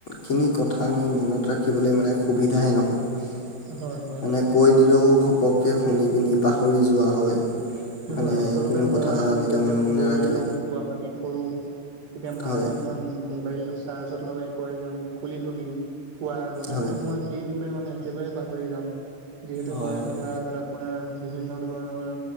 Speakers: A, on the left; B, on the right.
A: খিনি কথা আমি মনত ৰাখিবলে মানে সুবিধাই নহয়।
B: হয় হয়
A: মানে
B: হয়
A: কৈ দিলৌ ঘপককে শুনি পিনি পাহৰি যোৱা হয়। মানে
B: হয় আচলতে
A: কোনো কথা
B: মই
A: এনেকৈ
B: যেতিয়া
A: মনত
B: শুবলৈ
A: নাৰাখে
B: লওঁ শুৱাব পাতি পৰো তেতিয়া মায়ে
A: হয়
B: আপোনাম মোবাইল টো চাৰ্জত লগাই কয় যে মোক খুলি থবি খোৱাৰ আগত
A: হয়
B: কিন্তু মই সেই বিষ- মানে একেবাৰে পাহৰি যাওঁ যিহেতু
A: হয়
B: মই
A: হয়
B: শুৱাৰ আগত আপোনাৰ বিভিন্ন ধৰণৰ